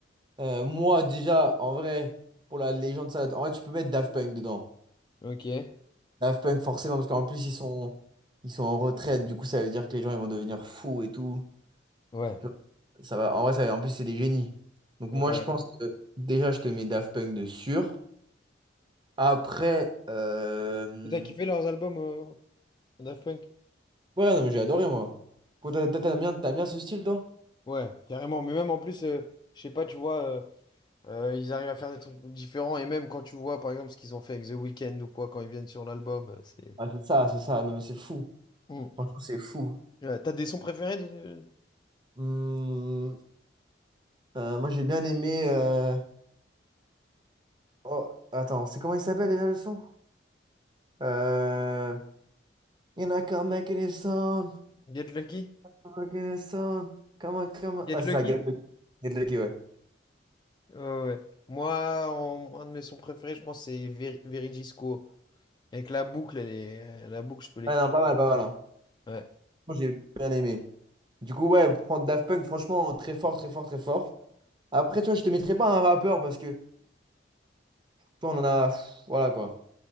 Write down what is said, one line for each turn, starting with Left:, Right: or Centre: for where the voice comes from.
Right: Euh, moi, déjà, en vrai, pour la légende, ça... En vrai, tu peux mettre Daft Punk dedans.
Left: Ok. Ouais.
Right: Daft Punk, forcément, parce qu'en plus, ils sont... ils sont en retraite. Du coup, ça veut dire que les gens, ils vont devenir fous et tout.
Left: Ouais.
Right: Genre, Ça va... En vrai, ça va- en plus, c'est des génies. Donc,
Left: ouais.
Right: moi, je pense que déjà, je te mets Daft Punk de sûr. Après, euh,
Left: Et T'as kiffé leurs albums, euh, Daft Punk?
Right: Ouais, non, mais j'ai adoré, moi. Toi, t'as- t'as- T'aimes bien, t'aimes bien ce style, toi?
Left: Ouais, carrément. Mais même en plus, euh, je sais pas, tu vois, euh, euh, ils arrivent à faire des trucs différents. Et même quand tu vois, par exemple, ce qu'ils ont fait avec The Weeknd ou quoi, quand ils viennent sur l'album, euh, c'est.
Right: Ah, c'est ça, c'est ça. Non, mais c'est fou.
Left: Hmm.
Right: Franchement, c'est fou.
Left: Ouais, t'as des sons préférés de
Right: Hmm, euh, moi, j'ai bien aimé. euh, Oh, attends, c'est comment il s'appelle déjà le son? Euh... You're not gonna make it a sound.
Left: de Get Lucky?
Right: Come on, sound. Come on, come on.
Left: Get
Right: Ouais, c'est
Left: Lucky?
Right: ça, Get Lucky. Get Lucky, ouais.
Left: Ouais, ouais. ouais. Moi, en- un de mes sons préférés, je pense, c'est Ver- Verigisco. Avec la boucle, elle est... la boucle, je peux l'écouter.
Right: Ah, non, pas mal, pas mal. hein.
Left: Ouais.
Right: Moi, j'ai bien aimé. Du coup, ouais, prendre Daft Punk, franchement, très fort, très fort, très fort. Après, tu vois, je te mettrai pas un rappeur parce que, toi, on en a. pff, voilà, quoi.